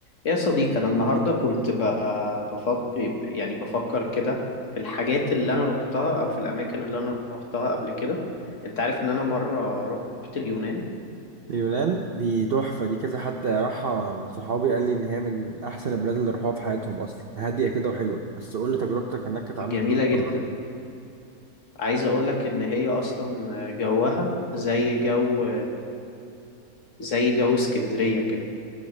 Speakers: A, on the left (about 50°); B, on the right (about 55°).
A: يا صديقي أنا النهاردة كنت بفكر يعني بفكر كده في الحاجات اللي أنا روحتها أو في الأماكن اللي أنا روحتها قبل كده أنت عارف إن أنا مرة روحت اليونان
B: اليونان دي تحفة دي كذا حد راحها من صحابي قال لي إن هي من أحسن البلاد اللي راحوها في حياتهم أصلا هادية كده وحلوة بس قول لي تجربتك هناك كانت عاملة
A: جميلة
B: إزاي
A: جدا عايز أقولك إن هي أصلا جوها زي جو زي جو اسكندرية كده